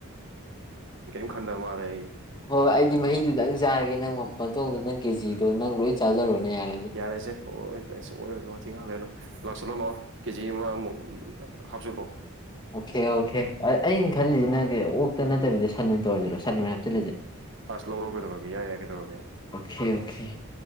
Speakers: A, on the right; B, on the left.
A: ꯈꯟꯗꯕ ꯃꯥꯜꯂꯦ ꯑꯩꯒꯤ
B: ꯍꯣꯏ ꯑꯩꯗꯤ ꯃꯍꯤꯗꯨꯗꯪ ꯆꯥꯔꯒꯦ ꯅꯪꯉꯣꯝ ꯄꯟꯊꯧꯗꯣ ꯅꯪ ꯀꯦꯖꯤꯗꯣ ꯅꯪ ꯂꯣꯏ ꯆꯥꯖꯔꯣꯅꯦ ꯌꯥꯔꯦꯅꯦ
A: ꯌꯥꯔꯦꯁꯦ ꯑꯣꯏꯔ ꯋꯥꯊꯦꯡ ꯍꯥꯥꯡꯂꯅꯨ ꯂꯥꯛꯁꯤꯜꯂꯛꯅꯣ ꯀꯦꯖꯤ ꯑꯃꯃꯨꯛ ꯍꯥꯞꯆꯤꯜꯂꯛꯣꯑꯣ
B: ꯑꯣꯀꯦ ꯑꯣꯀꯦ ꯑꯩꯅ ꯈꯜꯂꯤꯁꯤꯅ ꯀ ꯑꯣꯛꯇ ꯅꯠꯇꯕꯤꯗ ꯁꯟ ꯂ ꯑꯣꯏꯅ ꯇꯧꯔꯁꯤꯔꯣ ꯁꯠ ꯅꯣꯏ ꯍꯥꯏ ꯍꯥꯞꯆꯜꯂꯁꯦ
A: ꯑꯁ ꯂꯧꯔꯨꯒꯗꯧꯔꯒꯦ ꯌꯥꯏ ꯌꯥꯏ ꯀꯗꯧꯔꯒꯦ
B: ꯑꯣꯦ ꯑꯣꯦ